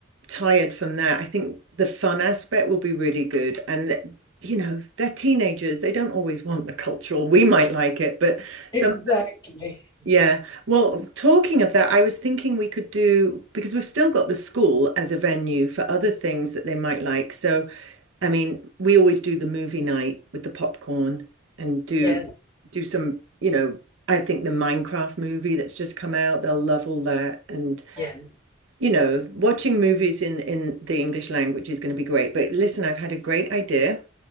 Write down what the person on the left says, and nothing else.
Exactly.
Yes,
yes.